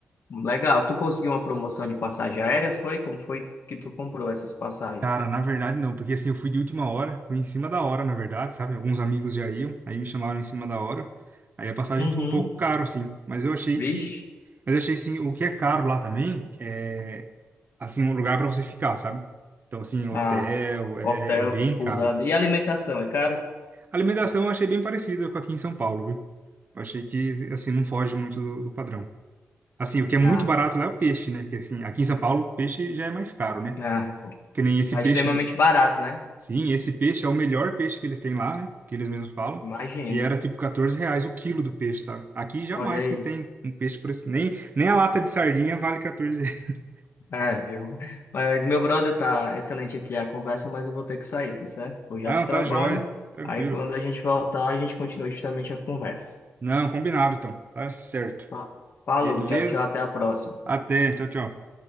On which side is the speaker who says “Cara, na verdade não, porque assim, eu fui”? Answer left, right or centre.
Right